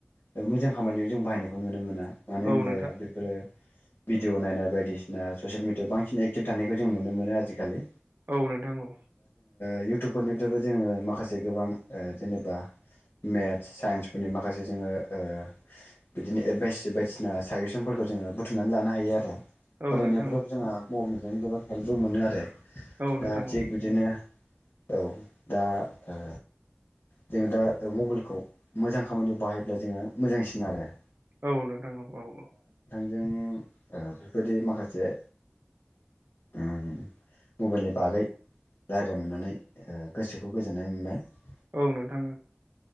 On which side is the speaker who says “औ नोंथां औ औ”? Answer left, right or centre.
Right